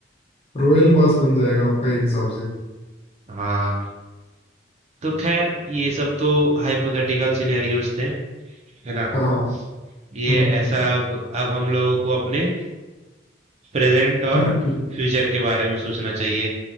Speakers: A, on the left (about 35°); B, on the right (about 35°).
A: रॉयल पास बन जाएगा आपका एक हिसाब से
B: हाँ तो खैर ये सब तो हाइपोथेटिकल सिनेरियोज थे है ना
A: हाँ हाँ
B: ये
A: हम्म हम्म
B: ऐसा अब अब हम लोगों को अपने प्रेजेंट और
A: हम्म <laughs>
B: फ्यूचर के बारे में सोचना चाहिए